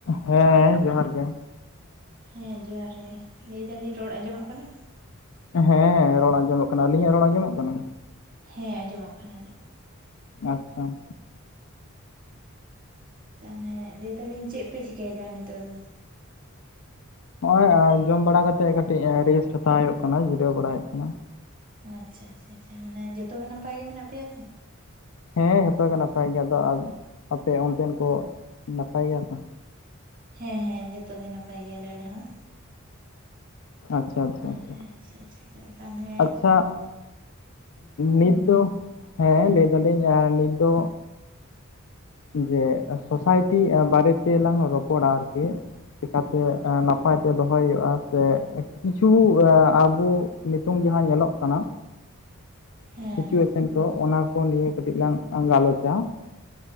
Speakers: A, on the left; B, on the right.
A: ᱦᱮᱸ ᱡᱚᱦᱟᱨ ᱜᱮ᱾
B: ᱦᱮᱸ ᱡᱚᱦᱟᱨ ᱜᱮ ᱞᱟᱹᱭ ᱮᱫᱟᱹᱞᱤᱧ ᱨᱚᱲ ᱟᱸᱡᱚᱢᱚᱜ ᱠᱟᱱᱟ?
A: ᱦᱮᱸ ᱨᱚᱲ ᱟᱸᱡᱚᱢᱚᱜ ᱠᱟᱱᱟ ᱟᱹᱞᱤᱧᱟᱜ ᱨᱚᱲ ᱟᱸᱡᱚᱢᱚᱜ ᱠᱟᱱᱟ᱾
B: ᱦᱮᱸ ᱟᱸᱡᱚᱢᱚᱜ ᱠᱟᱱᱟ ᱟᱸᱡᱚᱢᱚᱜᱼᱼ
A: ᱟᱪᱷᱟ ᱾
B: ᱛᱟᱦᱚᱞᱮ ᱞᱟᱹᱭᱮᱫᱟᱹᱞᱤᱧ ᱪᱮᱫ ᱯᱮ ᱪᱤᱠᱟᱹᱭᱮᱫᱟ ᱱᱤᱛᱚᱜ ᱫᱚ?
A: ᱱᱚᱜᱼᱚᱭ ᱡᱚᱢ ᱵᱟᱲᱟ ᱠᱟᱛᱮᱜ ᱠᱟᱹᱴᱤᱡ ᱨᱮᱥᱴ ᱦᱟᱛᱟᱣ ᱦᱳᱭᱳᱜ ᱠᱟᱱᱟ ᱡᱤᱨᱟᱹᱣ ᱵᱟᱲᱟ ᱦᱳᱭᱳᱜ ᱠᱟᱱᱟ ᱾
B: ᱟᱪᱷᱟ-ᱟᱪᱷᱟ- ᱟᱪᱷᱟ, ᱢᱟᱱᱮ ᱡᱚᱛᱚ ᱜᱮ ᱱᱟᱯᱟᱭ ᱜᱮ ᱢᱮᱱᱟᱜ ᱯᱮᱭᱟ ᱛᱚ᱾
A: ᱦᱮᱸ ᱡᱚᱛᱚ ᱜᱮ ᱱᱟᱯᱟᱭ ᱜᱮᱭ ᱟᱫᱚ ᱟᱯᱮ ᱚᱱᱛᱮᱱ ᱠᱚ ᱱᱟᱯᱟᱭ ᱜᱮᱭᱟ ᱛᱚ?
B: ᱦᱮᱸᱻ ᱦᱮᱸ ᱡᱚᱛᱚ ᱜᱮ ᱱᱟᱯᱟᱭ ᱜᱮᱭᱟᱞᱮ ᱟᱞᱮ ᱦᱚᱸ᱾
A: ᱟᱪᱪᱷᱟ ᱟᱪᱪᱷᱟ
B: ᱦᱮᱸᱦᱮ
A: ᱟᱪᱪᱷᱟ
B: ᱟᱪᱷᱟ-ᱟᱪᱷᱟ ᱛᱟᱱᱦᱮᱼᱼ
A: ᱟᱪᱪᱷᱟ ᱱᱤᱛ ᱫᱚ ᱦᱮᱸ ᱞᱟᱹᱭ ᱫᱟᱹᱞᱤᱧ ᱱᱤᱛ ᱫᱚ᱾ ᱡᱮ ᱥᱳᱥᱟᱭᱴᱤ ᱵᱟᱨᱮ ᱛᱮ ᱞᱟᱝ ᱨᱚᱯᱚᱲᱟ ᱟᱨᱠᱤ᱾ ᱪᱮᱠᱟᱛᱮ ᱱᱟᱯᱟᱭ ᱛᱮ ᱫᱚᱦᱚᱭ ᱦᱳᱭᱳᱜᱼᱟ ᱥᱮ, ᱠᱤᱪᱷᱩ ᱟᱵᱚ, ᱱᱤᱛᱚᱝ ᱡᱟᱦᱟᱸ ᱧᱮᱞᱚᱜ ᱠᱟᱱᱟ᱾
B: ᱦᱮᱸ
A: ᱥᱤᱪᱩᱭᱮᱥᱮᱱ ᱠᱚ ᱚᱱᱟ ᱠᱚ ᱱᱤᱭᱮ ᱠᱟᱹᱴᱤᱡ ᱞᱟᱝ ᱜᱟᱞᱚᱪᱟ᱾